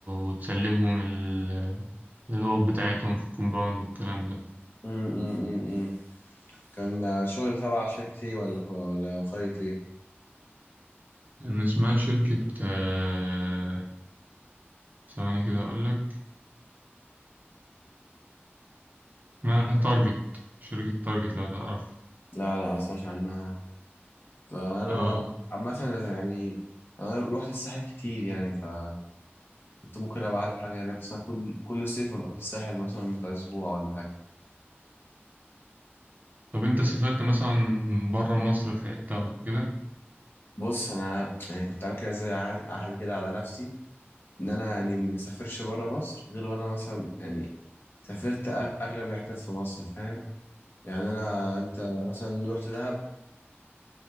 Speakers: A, on the right (about 40°); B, on the left (about 55°).
A: وتسلمهم ال... الأوض بتاعتهم في الكومباوند والكلام ده
B: امم امم كان شغل تبع شركة ايه ولا ولا قرية ايه؟
A: إن اسمها شركة آه، ثواني كده أقولك اسمها تارجت شركة تارجت لو تعرف
B: لا لا ما اسمعش عنها انا
A: اه
B: عامة يعني انا روحت الساحل كتير يعني فكنت ممكن ابقى عارف حاجة هناك بس انا كل كل صيف ببقى في الساحل مثلا بتاع اسبوع ولا حاجة
A: طب أنت سافرت مثلا برا مصر في حتة أو كده؟
B: بص انا يعني كنت عامل كده زي عهد عهد كده على نفسي ان انا يعني ما اسافرش بره مصر غير وانا مثلا يعني سافرت أغ- اغلب الحتت في مصر فاهم؟ يعني انا انت مثلا رحت دهب